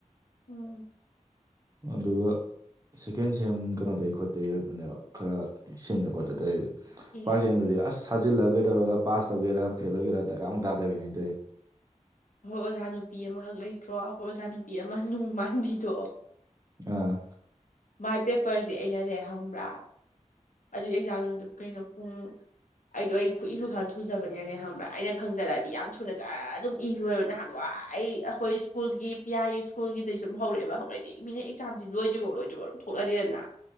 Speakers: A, on the left; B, on the right.
A: ꯎꯝ
B: ꯑꯗꯨꯒ ꯁꯦꯀꯦꯟ ꯁꯦꯝ ꯀꯩꯅꯣꯗꯩꯩ ꯈꯣꯠꯇꯩ ꯈꯛꯇꯅꯦꯕ ꯈꯔ ꯁꯤꯟꯗ ꯈꯣꯠꯇ ꯇꯧꯏꯖꯦ ꯐꯥꯔꯁ
A: ꯑꯩꯈꯣꯏ
B: ꯁꯦꯝ ꯗꯗꯤ ꯑꯁ ꯊꯖꯤꯜꯂ ꯒꯩꯗꯧꯔꯒ ꯄꯥꯁ ꯇꯧꯒꯦꯔꯥ ꯐꯦꯜ ꯑꯣꯏꯒꯦꯔꯥ ꯗꯔꯀꯥ ꯑꯃꯨꯛ ꯇꯥꯕꯤꯅꯦ ꯑꯩ ꯇꯧꯏ
A: ꯑꯩꯈꯣꯏ ꯑꯣꯖꯥ ꯅꯨꯄꯤ ꯑꯃꯈꯛ ꯂꯩꯇ꯭ꯔꯣ ꯑꯩꯈꯣꯏ ꯑꯣꯖꯥ ꯅꯨꯄꯤ ꯑꯃ ꯅꯨꯡ ꯃꯥꯟꯕꯤꯗꯣ
B: ꯑꯥ
A: ꯃꯥꯏ ꯄꯦꯄꯔꯁꯦ ꯑꯩꯅꯅꯦ ꯈꯪꯕ꯭ꯔꯥ ꯑꯗꯨ ꯑꯦꯛꯖꯥꯝꯗꯨ ꯀꯩꯅꯣ ꯄꯨꯡ ꯑꯩꯗꯣ ꯑꯩ ꯈꯨꯠꯏꯁꯨ ꯈꯔ ꯊꯨꯖꯕꯅꯦꯅ ꯈꯪꯕ꯭ꯔꯥ ꯑꯩꯅ ꯈꯪꯖꯔꯛꯑꯗꯤ ꯌꯥꯝ ꯊꯨꯅ ꯖꯔ ꯑꯗꯨꯝ ꯏꯔꯣꯂꯣꯏꯕ ꯅꯍꯥꯟꯋꯥꯏ ꯑꯩꯈꯣꯏ ꯁ꯭ꯀꯨꯜꯒꯤ ꯄꯤ ꯑꯥꯔꯤ ꯁ꯭ꯀꯨꯜꯒꯤꯗꯩ ꯁꯨ ꯑꯗꯨꯨꯝ ꯍꯧꯔꯛꯑꯦꯕ ꯑꯩꯗꯤ ꯃꯤꯅ ꯑꯦꯛꯖꯥꯝꯁꯤ ꯂꯣꯏ ꯂꯣꯏꯗ꯭ꯔꯤꯕꯣ ꯊꯣꯛꯂꯛꯑꯗꯅ